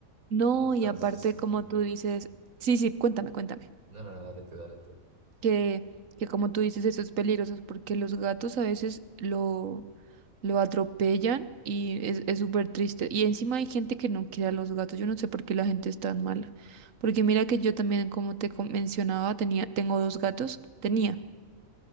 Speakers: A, on the right; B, on the right.
A: No,
B: Entonces
A: y aparte,
B: es como,
A: como tú dices, sí, sí, cuéntame, cuéntame.
B: no, no, no, dale tú, dale tú.
A: Que, que como tú dices, eso es peligroso porque los gatos a veces lo lo atropellan y es, es súper triste. Y encima hay gente que no quiere a los gatos. Yo no sé por qué la gente es tan mala. Porque mira que yo también, como te com- mencionaba, tenía, tengo dos gatos. Tenía.